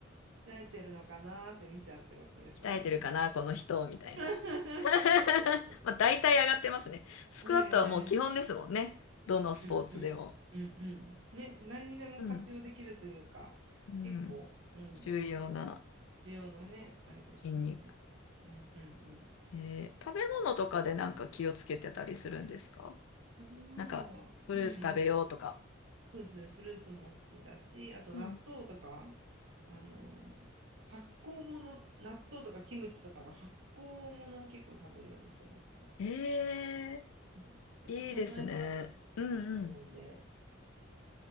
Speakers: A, on the right; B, on the left.
A: 慣れてるのかなーって見ちゃうってことですよね。
B: 鍛えてるかな、この人、みたいな。
A: <laughs>
B: <laughs> まあ、大体上がってますね。スクワットはもう基本ですもんね。
A: へえ。
B: どのスポーツでも。
A: うんうんうんうんね何にでも活用できるというか結構、
B: うん。うん。
A: うん、
B: 重要な
A: 重要なねあれですもんね。
B: 筋肉。
A: うんうん
B: えー食べ物とかでなんか気をつけてたりするんですか
A: うん、食べ物は、
B: なんか、フルーツ食べようとか。
A: うん、なそうですフルーツも好きだしあと納豆とか
B: うん。
A: あの発酵物納豆とかキムチとかの発酵物を結構食べるようにしてますね。
B: えー、
A: うんやっぱ腸内環境を良くしてくれるんで
B: いいですね。うんうん。